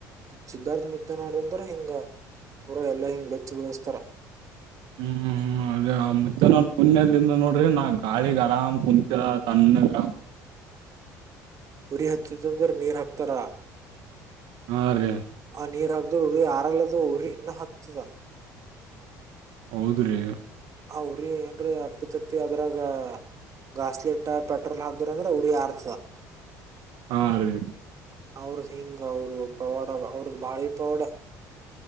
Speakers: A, on the right; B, on the right.
A: ಸಿದ್ಧಾರ್ಥ ಮುತ್ತನವರ ಅಂದ್ರ ಹಿಂಗ ಪೂರಾ ಎಲ್ಲಾ ಹಿಂಗ ಬೆಚ್ಚಗ ಉಳಸ್ತಾರ. <unintelligible>
B: ಹೂ ಹೂ <unintelligible> ಹ ಅದೇ ಮೂತ್ತೆವರ ಪುಣ್ಯದಿಂದ ನೋಡ್ರಿ ನಾ ಗಾಳಿಗ್ ಆರಾಮ್ ಕುಂತ ತಣ್ಣಗ <unintelligible>
A: ಉರಿ ಹಚ್ಚಿತ್ ಅಂದ್ರ ನೀರ್ ಹಾಕ್ತಾರ. <unintelligible>
B: ಹಾ ರೀ <unintelligible>
A: ಆ ನೀರ್ ಹರದ್ರರು ಉರಿ ಆರಲ್ಲದು ಉರಿ ಇನ್ನ ಹತ್ತದ. <unintelligible>
B: ಹೌದ ರೀ <unintelligible>
A: ಆ ಉರಿ ಏನಂರ ಅಪ್ಪಿ ತಪ್ಪಿ ಅದ್ರಾಗ <unintelligible> ಗಾಸ್ಲೆಟ್ ಪೆಟ್ರೋಲ್ ಹಾಕದ್ದರ ಉರಿ ಆರತ್ತದ <unintelligible>
B: ಹಾರಿ <unintelligible>
A: ಅವರ ಹಿಂಗ ಅವರೂ ಪವಾಡ ಅವರದ ಬಾಳಿ ಪವಾಡ. <unintelligible>